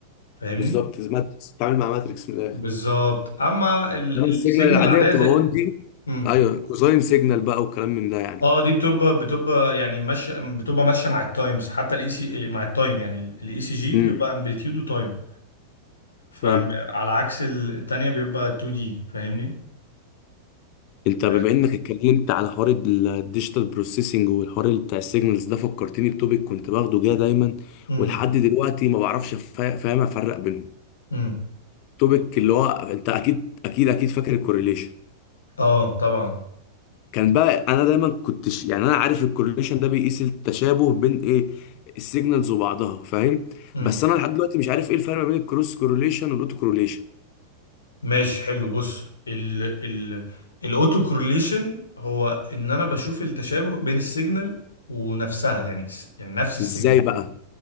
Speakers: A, on the left; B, on the left.
A: فاهمني
B: بالظبط ماتريكس بتتعامل مع ماتريكس من الاخر
A: بالظبط اما السيجنال
B: انما السيجنال العاديه
A: العاديه
B: بتبقى
A: زي
B: 1 دي
A: مم.
B: ايوه كوساين سيجنال بقى وكلام من ده يعني
A: اه دي بتبقى بتبقى يعني ماشيه بتبقى ماشيه مع التايمز حتى الاي سي مع التايم يعني الاي سي جي بيبقى
B: امم
A: امبليتيود وتايم فعلى
B: فاهم
A: عكس ال- التانية بيبقى 2 دي فاهمني
B: انت بما
A: آه،
B: انك اتكلمت على حوار الديجيتال بروسيسنج والحوار اللي بتاع السيجنالز ده فكرتني بتوبيك كنت باخده جاه دايما
A: امم
B: ولحد دلوقتي ما بعرفش فا- فاهم افرق بينهم
A: امم
B: توبيك اللي هو انت اكيد اكيد اكيد فاكر الكورليشن
A: اه طبعا
B: كان بقى انا دايما كنتش يعني انا عارف الكورليشن ده بيقيس التشابه بين ايه السيجنالز وبعضها فاهم
A: امم
B: بس انا لحد دلوقتي مش عارف ايه الفرق ما بين الكروس كورليشن والاوتو كورليشن.
A: ماشي حلو بص ال ال الاوتو كورليشن هو ان انا بشوف التشابه بين السيجنال ونفسها يعني س- يعني نفس السيجنال
B: ازاي بقى